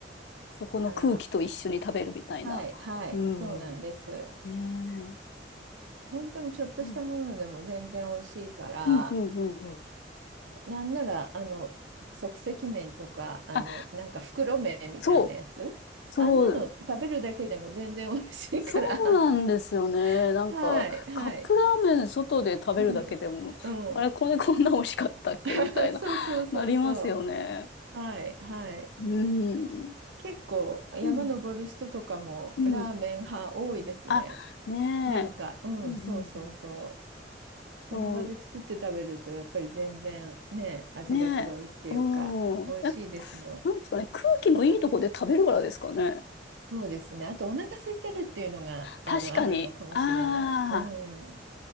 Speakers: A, on the left (about 65°); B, on the right (about 80°).
A: そこの空気と一緒に食べるみたいな。
B: から、はい、はい、
A: うん。
B: そうなんです。
A: ねえ
B: 本当にちょっとしたものでも全然美味しいから、
A: うん、うん、うん、うんうん。
B: なんなら、あの、即席麺とか、あの、
A: あ、
B: なんか袋麺みたいなやつ、
A: そう、そう、
B: あんなの食べるだけでも全然美味しいから、
A: そうなんですよね。
B: <laughs>
A: なんか、
B: はい、はい、
A: カップラーメン外で食べるだけでも、
B: うん、うん、
A: あれ、これこんな美味しかったっけみたいな、
B: <laughs> そうそうそうそ
A: <laughs> なりますよね。
B: う、はい、はい。
A: うん。
B: 結構山登る人とかもラーメン派多いですね。
A: うん。うん。あ、ねえ。
B: なんか、うん、
A: うん、うんうん。
B: そうそうそう。その場で作って食べるとやっぱり全然ね、
A: そ
B: 味が違うっていうか、
A: う、ねえ。うん。
B: 美味しいですもん。
A: え、なんですかね。空気のいいとこで食べるからですかね。
B: そうですね。あとお腹空いてるっていうのが、
A: 確かに。
B: あの、あるのかもしれない。
A: ああ、
B: うん。